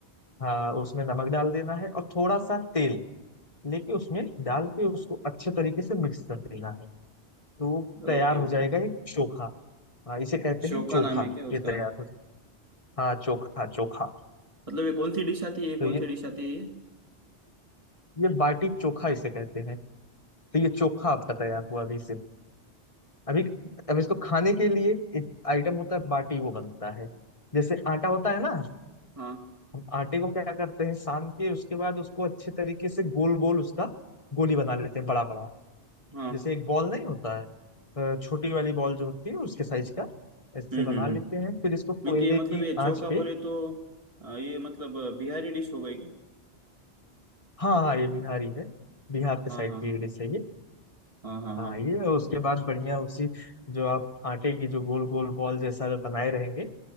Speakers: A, on the left; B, on the right.
A: हाँ उसमें नमक डाल देना है और थोड़ा सा तेल लेके उसमें डाल के उसको अच्छे तरीके से मिक्स कर देना है तो तैयार
B: Okay
A: हो
B: okay
A: जाएगा एक चोखा हाँ इसे कहते
B: शोका
A: हैं चोखा
B: नाम है क्या
A: ये
B: उसका
A: तैयार हो हाँ चोखा चोखा
B: मतलब ये कौन सी डिश आती है ये
A: तो
B: कौन
A: ये
B: सी डिश आती है ये?
A: ये बाटी चोखा इसे कहते हैं तो ये चोखा आपका तैयार हुआ अभी सिर्फ अभी अब इसको खाने के लिए एक आइटम होता है बाटी वो बनता है जैसे आटा होता है ना
B: हाँ
A: हम आटे को क्या करते हैं सान के उसके बाद उसको अच्छे तरीके से गोल गोल उसका गोली बना लेते हैं बड़ा बड़ा
B: हाँ
A: जैसे एक बॉल नहीं होता है अ, छोटी वाली बॉल जो होती है उसके साइज का ऐसे
B: हम्म
A: बना
B: हम्म
A: लेते
B: हम्म
A: हैं फिर इसको
B: मीन
A: कोयले
B: ये मतलब
A: की
B: ये
A: आंच
B: चोका
A: पे
B: बोले तो अ, ये मतलब अ, बिहारी डिश हो गई क्या
A: हाँ हाँ ये बिहारी है बिहार के
B: हाँ
A: साइड
B: हाँ
A: की डिश है ये
B: हाँ हाँ
A: हाँ ये और उसके बाद बढ़िया उसी जो आप आटे की जो गोल गोल बॉल जैसा बनाए रहेंगे